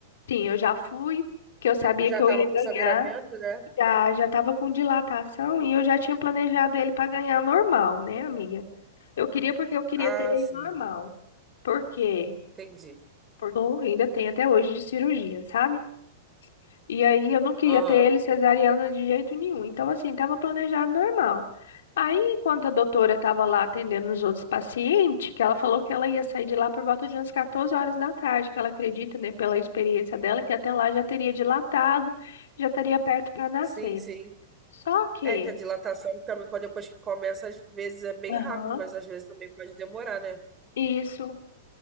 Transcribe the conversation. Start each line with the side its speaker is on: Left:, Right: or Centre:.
Left: Sim, eu já fui, que eu sabia
Right: É que já
Left: que eu
Right: tava
Left: ia
Right: com
Left: ganhar.
Right: sangramento, né?
Left: Já, já tava com dilatação e eu já tinha planejado ele para ganhar normal, né, amiga? Eu queria porque eu queria
Right: Ah,
Left: ter ele
Right: sim.
Left: normal. Por quê?
Right: Entendi.
Left: Porque eu ainda tenho até hoje de cirurgia, sabe? E aí eu não queria
Right: Aham.
Left: ter ele cesariana de jeito nenhum. Então, assim, tava planejado normal. Aí, enquanto a doutora estava lá atendendo os outros pacientes, que ela falou que ela ia sair de lá por volta de umas 14 horas da tarde, que ela acredita, né, pela experiência dela, que até lá já teria dilatado, já estaria perto para nascer.
Right: Sim, sim.
Left: Só que,
Right: É que a dilatação também, quando depois que começa, às vezes é bem
Left: Aham.
Right: rápido, mas às vezes também pode demorar, né?
Left: isso.